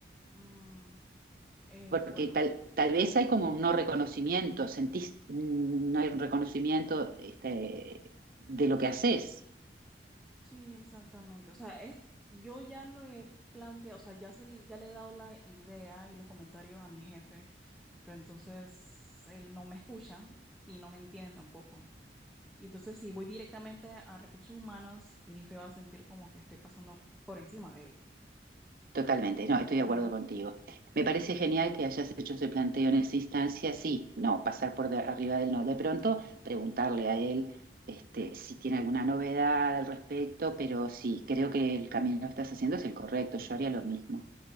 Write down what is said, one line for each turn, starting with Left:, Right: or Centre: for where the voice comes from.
Centre: Mm, eh,
Right: Porque
Centre: bueno,
Right: tal, tal vez hay como un no reconocimiento, sentís, mm, no hay un reconocimiento este, de lo que haces.
Centre: sí, exactamente. O sea, es, yo ya lo he planteado, o sea, ya, se, le- ya le he dado la idea y los comentarios a mi jefe, pero entonces él no me escucha y no me entiende tampoco. Y entonces si voy directamente a recursos humanos, mi jefe va a sentir como que estoy pasando por encima de él.
Right: Totalmente, no, estoy de
Centre: Ujú,
Right: acuerdo contigo. Me parece genial que hayas hecho ese planteo en esa instancia, sí, no, pasar por de- arriba del no. De pronto, preguntarle a él este, si tiene alguna novedad al respecto, pero sí, creo que el camino que estás haciendo es el correcto, yo haría lo mismo.